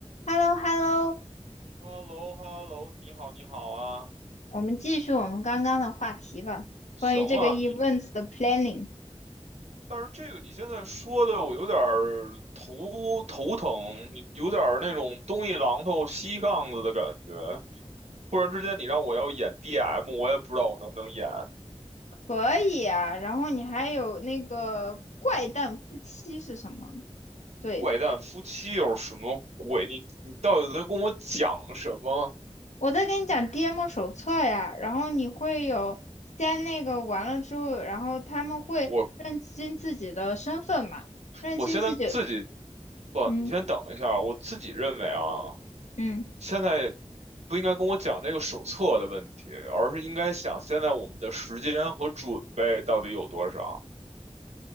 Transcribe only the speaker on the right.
h e l l o h e l l o 你好，你好啊，
行啊。
但是这个你现在说的，我有点儿头头疼，有点儿那种东一榔头西杠子的感觉。突然之间，你让我要演 DM，我也不知道我能不能演。
怪诞夫妻又是什么鬼？你你到底在跟我讲什么？
我
我现在自己不，
你先等一下，我自己认为啊。
现在不应该跟我讲那个手册的问题，而是应该想现在我们的时间和准备到底有多少。